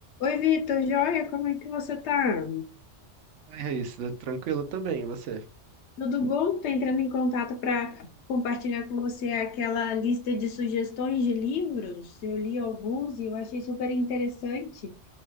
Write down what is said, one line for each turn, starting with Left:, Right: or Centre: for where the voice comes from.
Left: Oi, Vitor, joia, como é que você tá?
Right: Oi, Raíssa, tranquilo também, e você?
Left: Tudo bom? Tô entrando em contato para compartilhar com você aquela lista de sugestões de livros. Eu li alguns e eu achei super interessante